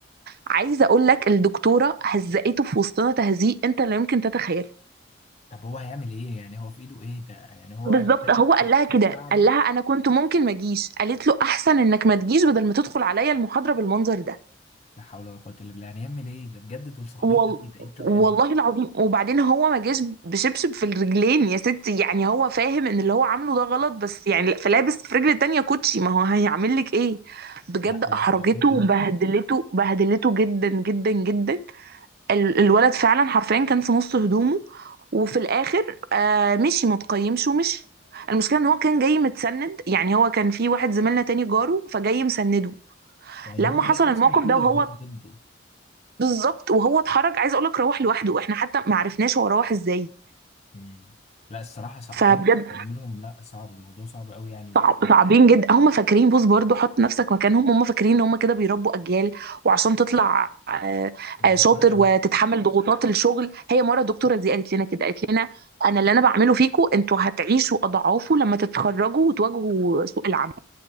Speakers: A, on the right; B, on the left.
A: عايزه اقول لك الدكتوره هزقته في وسطنا تهزيق انت لا يمكن تتخيله
B: طب هو هيعمل ايه يعني هو في ايده ايه ده يعني هو
A: بالظبط
B: سايب
A: هو قال لها
B: سايب
A: كده
B: تعبه
A: قال لها انا كنت ممكن ما اجيش قالت له احسن انك ما تجيش بدل ما تدخل عليا المحاضره بالمنظر ده
B: لا حول ولا قوه الا بالله يعني يعمل ايه ده بجد دول صعبين
A: وال...
B: قوي ده ايه الطريقه
A: والله
B: دي
A: العظيم وبعدين هو ما جاش بشبشب في الرجلين يا ستي يعني هو فاهم ان اللي هو عامله ده غلط بس يعني فلابس في رجل التانية كوتشي ما هو هيعمل لك ايه بجد
B: لا
A: احرجته
B: لا صعبين
A: وبهدلته
B: قوي
A: بهدلته جدا جدا جدا ال- الولد فعلا حرفيا كان في نص هدومه وفي الاخر آه مشي متقيمش ومشي المشكله ان هو كان جاي متسند يعني هو كان في واحد زميلنا تاني جاره فجاي مسنده
B: يعني
A: لما
B: هو
A: حصل
B: جاي اصلا
A: الموقف
B: كل
A: ده
B: الظروف
A: وهو
B: ضده
A: بالظبط وهو اتحرك عايزه اقول لك روح لوحده احنا حتى ما عرفناش هو روح ازاي
B: مم. لا الصراحه صعبين
A: فبجد
B: عملهم لا صعب الموضوع صعب قوي يعني و-
A: صعب صعبين جدا هم فاكرين بص برضو حط نفسك مكانهم هم فاكرين ان هم كده بيربوا اجيال وعشان تطلع آه،
B: مش
A: آه،
B: بالطريقه
A: شاطر
B: دي
A: وتتحمل ضغوطات الشغل هي مره الدكتوره دي قالت لنا كده قالت لنا انا اللي انا بعمله فيكم انتوا هتعيشوا اضعافه لما تتخرجوا وتواجهوا سوق العمل